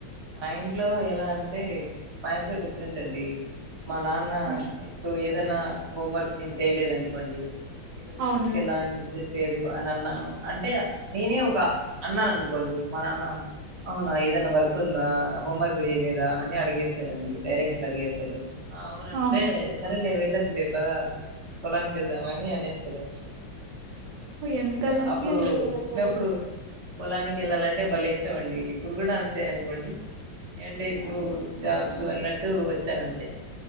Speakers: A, on the right; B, on the right.
A: మా ఇంట్లో ఎలా అంటే మా ఇంట్లో డిఫరెంట్ అండి మా నాన్న
B: హ్మ్.
A: ఇప్పుడు ఏ ఏదన్నా హోం వర్క్ నేను చేయలేదు అనుకోండి ఇరోజ
B: అవునులేండి
A: పూల్ కెలా లేదు అని అన్నాను అంటే నేనే ఒక అన్నాని అనుకోండి మా నాన్న అవునా ఏదన్న వర్క్ హోంవర్క్ చేయలేదా అని అడిగేస్తాడుడి డైరెక్ట్గా అడిగేస్తాడు ఆ అవునంటే
B: అవును
A: సరలే వెల్ పద పొలానికి గెళ్దాం ని అనేస్తాడుని
B: ఎంత
A: ఇకా
B: లక్కీ
A: అప్పుడు
B: అండి మీరు
A: చిన్నప్పుడు
B: అసలు
A: పొలానికి వెళ్ళాలంటే బలే ఇష్టం అండి ఇప్పుడు కూడా అం తే అనుకోండి ఏంటి ఇప్పుడు జాబ్స్ అన్నట్టు వచ్చాను అంతే